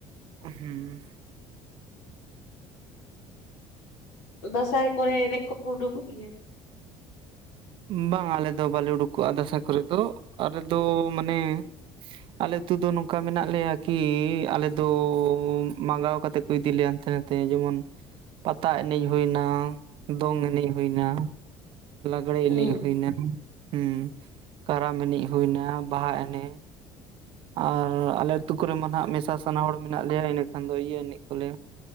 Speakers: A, on the right (about 50°); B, on the left (about 70°).
A: ᱦᱩᱸ,
B: ᱫᱟᱸᱥᱟᱭ ᱠᱚᱨᱮ ᱮᱱᱮᱡ ᱠᱚᱯᱮ ᱩᱸᱰᱩᱜᱚᱜ ᱜᱮᱭᱟ,
A: ᱵᱟᱝ ᱟᱞᱮ ᱫᱚ ᱵᱟᱞᱮ ᱩᱰᱩᱠᱚᱜᱼᱟ ᱫᱟᱸᱥᱟᱭ ᱠᱚᱨᱮ ᱫᱚ ᱟᱞᱮ ᱫᱚ ᱢᱟᱱᱮ, ᱟᱞᱮ ᱩᱛᱩ ᱫᱚ ᱱᱚᱝᱠᱟ ᱢᱮᱱᱟᱜ ᱞᱮᱭᱟ ᱠᱤ ᱟᱞᱮ ᱫᱚ ᱢᱟᱸᱜᱟᱣ ᱠᱟᱛᱮ ᱠᱚ ᱤᱫᱤ ᱞᱮ ᱦᱟᱱᱛᱮ, ᱛᱮ ᱡᱮᱢᱚᱱ ᱯᱟᱛᱟ ᱮᱱᱮᱡ ᱦᱩᱭᱱᱟ ᱫᱚᱝ ᱮᱱᱮᱡ ᱦᱩᱭ ᱮᱱᱟ, ᱞᱟᱜᱽᱲᱮ
B: ᱦᱩᱸ
A: ᱮᱱᱮᱡ ᱦᱩᱭᱱᱟ ᱦᱮᱸ ᱠᱟᱨᱟᱢ ᱮᱱᱮᱡ ᱦᱩᱭ ᱮᱱᱟ ᱵᱟᱦᱟ ᱮᱱᱮᱡ, ᱟᱨ ᱟᱞᱮ ᱟᱹᱛᱩ ᱠᱚᱨᱮᱢᱟ ᱱᱟᱜ ᱢᱮᱥᱟ ᱥᱟᱱᱟ ᱦᱚᱲ ᱢᱮᱱᱟᱜ ᱞᱮᱭᱟ ᱤᱱᱟᱹᱠᱷᱟᱱ ᱫᱚ ᱤᱭᱟᱹ ᱮᱱᱮᱡ ᱞᱟᱹᱭᱟ᱾